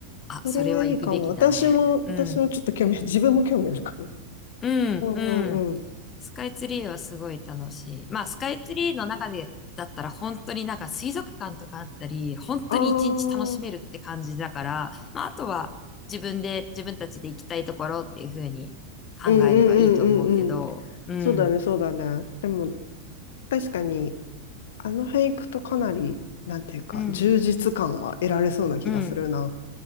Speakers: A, on the left (about 25°); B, on the left (about 60°).
A: あ、
B: それはいいかも。
A: それは行くべきだね。
B: 私も、
A: うん。
B: 私もちょっと興味、自分も興味あるかも。
A: うん、
B: うんうんうん。
A: うん。スカイツリーはすごい楽しい。まあ、スカイツリーの中で、だったら本当になんか水族館とかあったり、本当に一日楽しめるって感じだから、
B: ああ、
A: まあ、あとは自分で、自分たちで行きたいところっていうふうに考えればいいと思うけど、
B: うんうんうんうんうん。
A: うん、
B: そうだね、そうだね。でも、確かに、あの俳句とかなり、なんていうか、
A: うん、
B: 充実感は得られそうな気がするな。
A: うん、